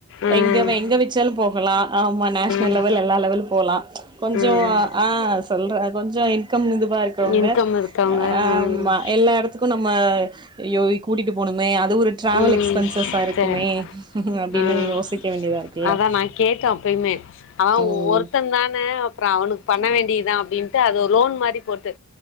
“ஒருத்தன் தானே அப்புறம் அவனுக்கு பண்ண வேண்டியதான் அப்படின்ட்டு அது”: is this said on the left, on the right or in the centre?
Left